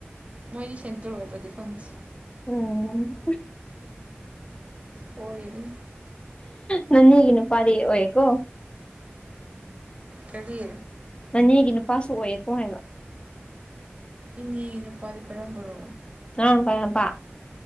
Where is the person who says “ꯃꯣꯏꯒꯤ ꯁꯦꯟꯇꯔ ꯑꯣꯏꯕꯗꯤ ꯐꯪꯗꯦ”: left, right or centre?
Right